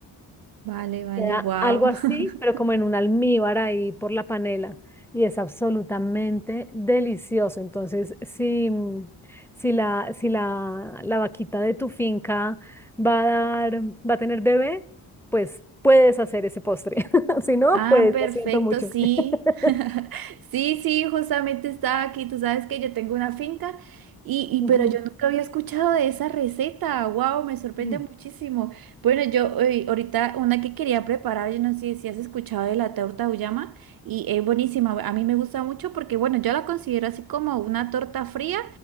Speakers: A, on the right; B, in the centre.
A: Vale, vale,
B: Queda
A: wow.
B: algo así,
A: <laughs>
B: pero como en un almíbar ahí por la panela. Y es absolutamente delicioso. Entonces, si, mm, si la, si la, la vaquita de tu finca va a dar, va a tener bebé, pues puedes hacer ese postre. <laughs> Si no,
A: Ah,
B: pues
A: perfecto,
B: lo siento mucho.
A: sí.
B: <laughs>
A: <laughs> Sí, sí, justamente estaba aquí. Tú sabes que yo tengo una finca y, y
B: Ujú,
A: pero yo nunca había escuchado de esa receta. Wow, me sorprende
B: ujú,
A: muchísimo. Bueno, yo eh, ahorita una que quería preparar, yo no sé si has escuchado de la torta auyama y es buenísima. A mí me gusta mucho porque, bueno, yo la considero así como una torta fría.